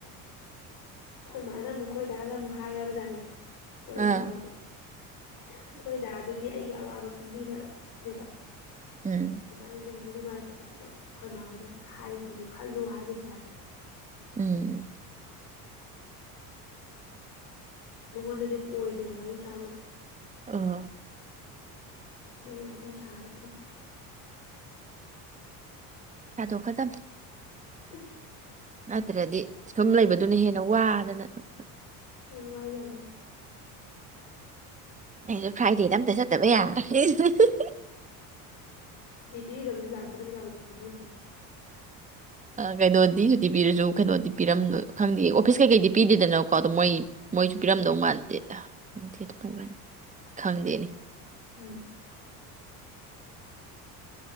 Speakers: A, on the left; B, on the right.
A: ꯑꯈꫭꯏ ꯃꯥꯅ ꯑꯃꯨꯛ ꯑꯈꫭꯏ ꯗꯥꯗ ꯑꯃꯨꯛ ꯍꯥꯏꯔꯕꯖꯥꯠꯅꯤ ꯋꯥꯔꯤ
B: ꯑꯥ
A: ꯁꯥꯎꯅ ꯑꯩꯈꯣꯏꯗꯤꯗꯨꯗꯤ ꯑꯩꯒ ꯑꯋꯥꯕ ꯈꯪꯕꯤꯕꯅꯦꯕ
B: ꯎꯝ
A: ꯏꯕꯅꯤꯑꯗꯨ ꯅꯨꯡꯉꯥꯏꯇꯕ ꯑꯗꯣ ꯑꯩꯈꯣꯏ ꯃꯥ ꯍꯣꯏꯅ ꯍꯥꯏꯔꯤꯗꯨꯁꯨ ꯈꯜꯂꯨ ꯍꯥꯏꯕꯨꯗꯨ ꯍꯥꯏꯕ
B: ꯎꯝ
A: ꯃꯉꯣꯟꯗꯗꯤ ꯀꯣꯏꯗꯦꯕ ꯋꯥꯔꯤ ꯁꯥꯕꯁꯦ
B: ꯑꯥ
A: ꯑꯗꯨꯒ ꯋꯥꯔꯤ ꯁꯥꯔꯦꯕ ꯑꯩꯗꫭ
B: ꯁꯥꯗꫭꯛ ꯀꯗꯥꯃꯤ
A: <inaudible>
B: ꯅꯠꯇ꯭ꯔꯗꯤ ꯁꯨꯝ ꯂꯩꯕꯗꯨꯅ ꯍꯦꯟꯅ ꯋꯥꯗꯅ ꯁꯨꯝ
A: ꯌꯥꯝ ꯋꯥꯏ ꯌꯥꯝ ꯋꯥꯏ
B: ꯑꯩꯖꯨ ꯐ꯭ꯔꯥꯏꯗꯦꯗ ꯑꯝꯇ ꯆꯠꯇꯕ ꯌꯥꯔꯔꫭꯏ ꯑꯩꯁꯨ
A: ꯄꯤꯗꯕꯤꯗ ꯂꯥꯛꯇꯨꯔꯤꯕ ꯂꯥꯛꯑꫭꯏꯗꯨꯔꯤꯕ ꯈꯪꯗꯦꯅꯦ
B: ꯀꯩꯅꯣꯗꯤ ꯁꯨꯇꯤ ꯄꯤꯔꯁꯨ ꯀꯩꯅꯣꯗꯤ ꯄꯤꯔꯝꯗꯣ ꯈꯪꯗꯦ ꯑꯣꯐꯤꯁ ꯀꯩꯀꯩꯗꯤ ꯄꯤꯗꯦꯗꯅꯀꯣ ꯑꯗꯣ ꯃꯣꯏ ꯃꯣꯏꯁꯨ ꯄꯤꯔꯝꯗꯧ
A: ꯎꯝ
B: ꯃꯥꯟꯗꯦꯗ ꯈꯪꯗꯦ ꯑꯗꯨ ꯀꯔꯝ ꯀꯟꯅꫭ ꯈꯪꯗꯦꯅꯦ
A: ꯎꯝ